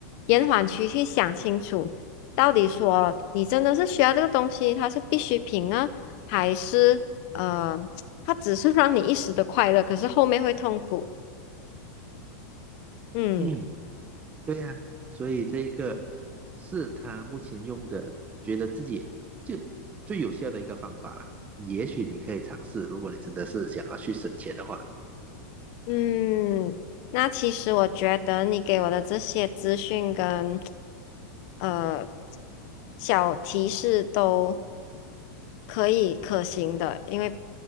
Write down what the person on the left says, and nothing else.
延缓期去想清楚，到底说你真的是需要这个东西，它是必需品呢，还是呃它只是让你一时的快乐，可是后面会痛苦。嗯
嗯，那其实我觉得你给我的这些资讯跟呃小提示都可以可行的，因为